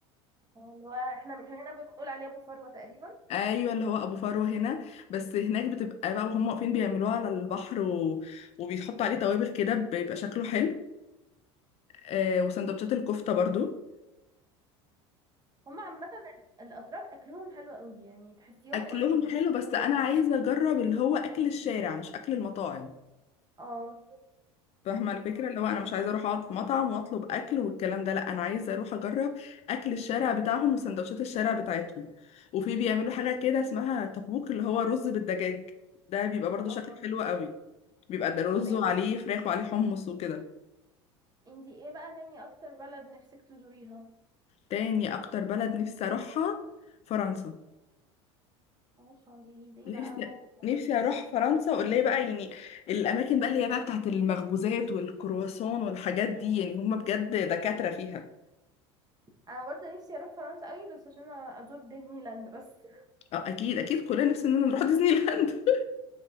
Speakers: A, on the right; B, on the left.
A: اه اللي هو احنا من هنا بنقول عليه ابو فروة تقريبا
B: ايوه اللي هو ابو فرو هنا بس هناك بتبقى بقى وهم واقفين بيعملوها على البحر و... وبيحطوا عليه توابل كده بيبقى شكله حلو آه وسندوتشات الكفته برضو
A: هما عامة ال- الأتراك أكلهم حلو قوي يعني تحسيهم
B: واكلهم
A: قريبين من
B: حلو
A: ثقافتنا
B: بس انا عايزه اجرب اللي هو اكل الشارع مش اكل المطاعم
A: اه
B: فاهمة الفكرة
A: إن-
B: اللي هو أنا مش عايزة أروح أقعد في مطعم وأطلب أكل والكلام ده لأ أنا عايزة أروح أجرب أكل الشارع بتاعهم وسندوتشات الشارع بتاعتهم وفي بيعملوا حاجة كده اسمها تبوك اللي هو رز بالدجاج ده بيبقى برضو
A: اه
B: شكله حلو قوي بيبقى ده رز
A: طيب
B: وعليه فراخ وعليه حمص وكده
A: انتي ايه بقى تاني أكتر بلد نفسك تزوريها؟
B: تاني أكتر بلد نفسي أروحها فرنسا
A: اه شانزليزيه
B: نفسي
A: بقى وباريس
B: نفسي أروح
A: و-
B: فرنسا واللي هي بقى يعني الأماكن بقى اللي هي بقى بتاعت المخبوزات والكرواسون والحاجات دي يعني هم بجد دكاترة فيها
A: أنا برضه نفسي أروح فرنسا قوي بس عشان أزور ديزني لاند بس <laughs>
B: اه اكيد اكيد كلنا نفسنا إننا نروح <laughs> ديزني لاند